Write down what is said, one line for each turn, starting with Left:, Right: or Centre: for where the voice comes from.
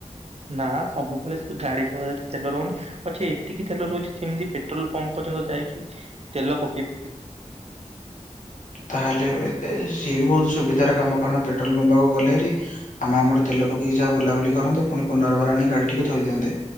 Right: ନା ସବୁବେଳେ ସେ ୟାଉରେ ଗାଡିରେ ତେଲ ରହୁନି। ପଛେ ଏତିକି ତେଲ ରହୁଛି ଯେମିତି ପେଟ୍ରୋଲ ପମ୍ପ ପର୍ଯ୍ୟନ୍ତ ଯାଇକି ତେଲ ପକେଇ
Left: ତାହେଲେ ସିଏ ବି ବହୁତ ସୁବିଧାର କାମ କାରଣ ପେଟ୍ରୋଲ ପମ୍ପ ପାଖକୁ ଗଲେ ହେରୀ ଆମେ ଆମ ତେଲ ପକେଇକି ଯାହା ବୁଲାବୁଲି କରନ୍ତେ ପୁଣି ପୁନର୍ବାର ଆଣି ଗାଡ଼ିଟିକୁ ଥୋଇ ଦିଅନ୍ତେ।